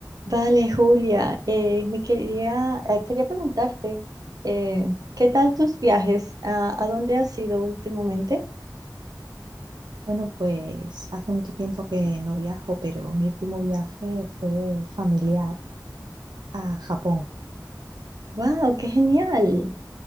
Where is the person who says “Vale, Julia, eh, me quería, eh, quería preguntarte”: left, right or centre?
Right